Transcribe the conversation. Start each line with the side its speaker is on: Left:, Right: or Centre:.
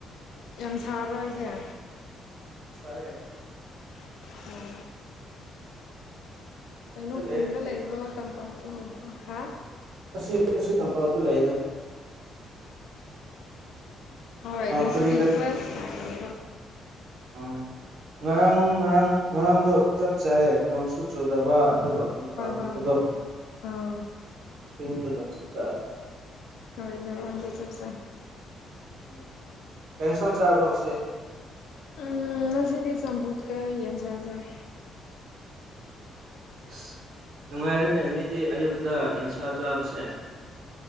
Left: ꯌꯥꯝ ꯁꯥꯕ꯭ꯔꯣ ꯍꯥꯏꯖꯦ
Right: ꯁꯥꯏꯌꯦ
Left: <unintelligible> ꯀꯩꯅꯣ
Right: ꯂꯩꯌꯦ
Left: ꯈꯨꯟꯗ
Right: ꯅꯣꯏꯗꯤ
Left: ꯂꯩꯕ꯭ꯔꯣ ꯇꯝꯄꯥꯛꯗ ꯂꯩꯕ꯭ꯔꯣ ꯍꯥ
Right: ꯑꯁꯤ ꯑꯁꯤ ꯇꯝꯄꯥꯛꯇ ꯂꯩꯌꯦꯗ
Left: ꯑꯣ ꯍꯣꯏ ꯉꯁꯤꯗꯤ
Right: ꯀꯔꯤ
Left: ꯈꯔ ꯁꯥꯏ ꯍꯣꯏ
Right: ꯎꯝ ꯉꯔꯥꯡ ꯉꯔꯥꯡ ꯉꯔꯥꯡꯗꯣ ꯆꯞ ꯆꯥꯌꯦ ꯅꯣꯡꯁꯨꯨ ꯆꯨꯗꯕ ꯑꯗꯨꯒ ꯅꯨꯡꯁꯥ ꯊꯣꯛꯄꯗꯣ
Left: ꯍꯣꯏ ꯍꯣꯏ ꯑꯥ
Right: ꯏꯪꯔꯒ ꯆꯞ ꯆꯥꯏ
Left: ꯍꯣꯏ ꯉꯔꯥꯡꯗꯣ ꯆꯞ ꯆꯥꯏ
Right: ꯎꯝ ꯀꯩꯩ ꯏꯟꯁꯥꯡ ꯆꯥꯔꯕꯣ ꯉꯁꯤ
Left: ꯎꯝ ꯉꯁꯤꯗꯤ ꯆꯝꯐꯨꯠꯀ ꯌꯦꯟꯁꯥ ꯆꯥꯏ
Right: ꯑꯁ ꯅꯨꯡꯉꯥꯏꯔꯦꯅꯦ ꯃꯤꯗꯤ ꯑꯌꯨꯛꯇ ꯌꯦꯟꯁꯥ ꯆꯥꯕꯁꯦ